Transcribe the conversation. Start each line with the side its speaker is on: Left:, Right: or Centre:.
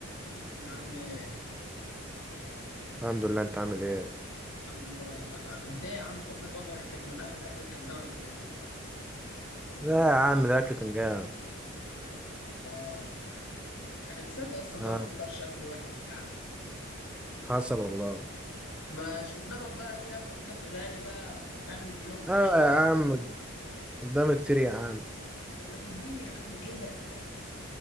Left: يا ابن عامل ايه؟
Centre: الحمد لله انت عامل ايه
Left: الحمد لله تمام انت ايه يا عم بطنك وجعتك من اخر اكل كناه ولا ايه؟
Centre: لا يا عم ده اكل فنجان
Left: اه عشان تصدق اصلا
Centre: ها
Left: انا ما بختارش اكل وحش يعني
Centre: حصل والله
Left: مش قدامك بقى اي اكل كده تقولها لي بقى اعمل بلومتك
Centre: اه
Left: شويه
Centre: يا عم قدامي كتير يا عم
Left: طب ما تديني يا عم كده